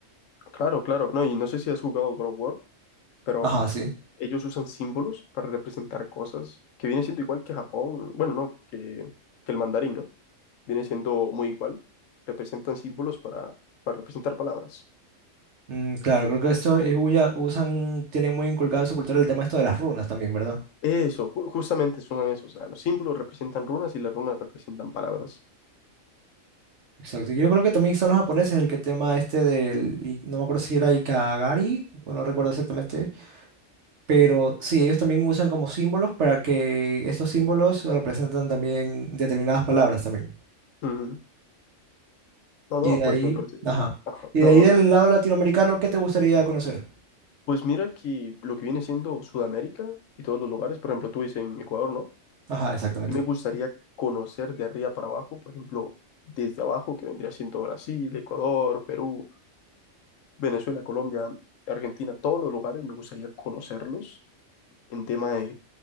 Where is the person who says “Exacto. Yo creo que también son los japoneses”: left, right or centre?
Right